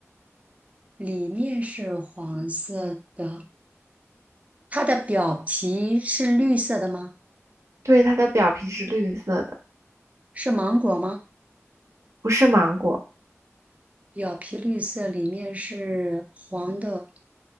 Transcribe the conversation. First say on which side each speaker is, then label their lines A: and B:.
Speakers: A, on the right; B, on the right.
A: 里面是黄色的，它的表皮是绿色的吗？
B: 对，它的表皮是绿色的，
A: 是芒果吗？
B: 不是芒果，
A: 表皮绿色，里面是黄的，